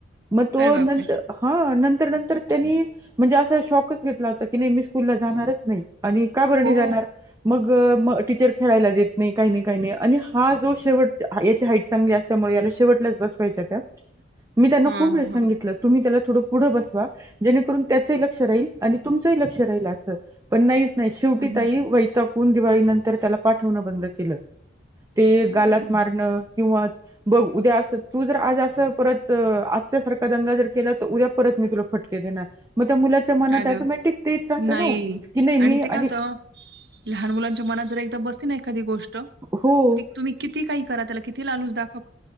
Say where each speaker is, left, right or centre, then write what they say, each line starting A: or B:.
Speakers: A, on the right (about 15°); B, on the right (about 60°).
A: मग तो
B: अरे बापरे!
A: नंतर. हा नंतर नंतर त्यांनी म्हणजे असा शॉकच घेतला होता. ती नेहमी स्कूल ला जाणारच का नाही
B: हो.
A: जाणार. मग म टीचर खेळायला देत नाही काही नाही काही नाही आणि हा जो शेवट त्या याची हाईट चांगली हाय. त्यामुळे याला शेवटलाच बसवायच्या त्या मी त्यांना
B: हां,
A: खूप वेळा सांगितलं.
B: हां.
A: तुम्ही त्याला थोडं गुढं बसवा जेणेकरून त्याचंही लक्ष राहील आणि तुमचंही लक्ष राहील असं. पण नाहीच नाही शेवटी
B: हं, हं.
A: ताई वैताकून दिवाळी नंतर त्याला पाठवणं बंद केलं. ते
B: हं.
A: गालात मारणं किंवा. बघ उद्या असं तू जर आज असं परत आजच्या सारखा दंगा जर केला तर उद्या परत मी तुला फटके देणार. मग त्या मुलाच्या मनात
B: अरे
A: टोमॅटिक तेच राहतं
B: नाही
A: न की नाही मी
B: ते काय
A: आणि''--''
B: होतं, लहान मुलांच्या मनात जर एकदा बसती ना एखादी गोष्ट.
A: हो,
B: तुम्ही किती काही करा त्या किती लालाूज दाख''--''